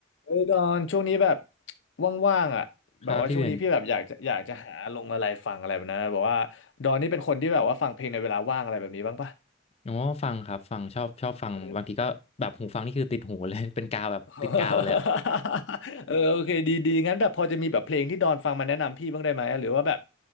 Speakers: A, on the left; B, on the left.
A: เฮ้ยดอนช่วงนี้แบบว่างๆอ่ะแบบว่าช่วงนี้พี่แบบอยากจะอยากจะหาลงอะไรฟังอะไรแบบนั้นนะแบอกว่าดอนนี่เป็นคนที่แบบว่าฟังเพลงในเวลาว่างอะไรแบบนี้บ้างปะ
B: ครับพี่เบนอ๋อฟังครับฟังชอบชอบฟังบางทีก็แบบหูฟังนี่คือติดหูเลย
A: เออ
B: <laughs> เป็นกาวแบบติดกาวเลยอ่ะ
A: <laughs> เออ <laughs> โอเคดีดีงั้นแบบพอจะมีแบบเพลงที่ดอนฟังมาแนะนำพี่บ้างได้ไหมหรือว่าแบบ